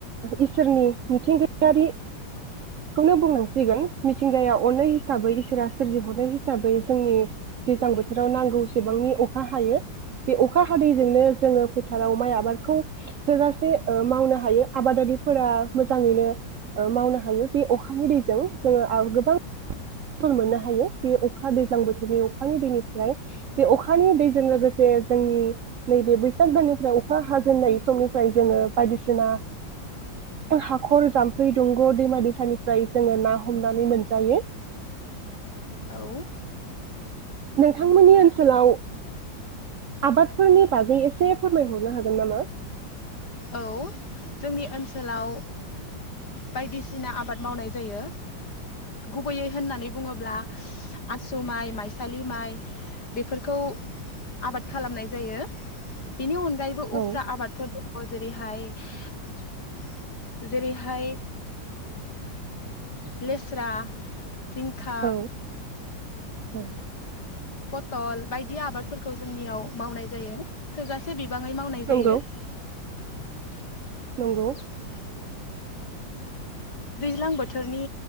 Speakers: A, on the right (about 60°); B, on the left (about 55°).
A: इसोरनि मिथिंगायारिखौनो बुंनांसिगोन मिथिंगाया अननाय हिसाबै इसोरा सोरजिहरनाय हिसाबै जोंनि दैज्लां बोथोराव नांगौसेबांनि अखा हायो बे अखा हादैजोंनो जोंङो फोथाराव माय आबादखौ थोजासे मावनो हायो आबादारिफोरा मोजाङैनो मावनो हायो बे अखानि दैजों जङो आव गोबां फल मोननो हायो बे अखा दैज्लां बो बे अखानि दैनिफ्राय बे अखानि दैजों लोगोसे जोंनि नैबे बैसाग दाननिफ्राय अखा हाजेननाय समनिफ्राय जोंङो बायदिसिना हाखर जाम्फै दंग' दैमा दैसानिफ्राय जोंङो ना हमनानै मोनजायो।
B: औ
A: नोंथांमोननि ओनसोलाव आबादफोरनि बागै एसे फोरमायहरनो हागोन नामा।
B: औ जोंनि ओनसोलाव बायदिसिना आबाद मावनाय जायो गुबैयै होननानै बुङोब्ला आसु माय मायसालि माय बेफोरखौ आबाद खालामनाय जायो बेनि अन गायैबो उफ्रा
A: औ
B: आबादफोर जेरैहाय-जेरैहाय लेस्रा जिंखा
A: औ औ
B: पथल बायदि आबादफोरखौ जोंनियाव मावनाय जायो थोजासे बि बाङै मावनाय
A: नंगौ
B: जायो। <unintelligible>
A: नंगौ
B: दैज्लां बोथोरनि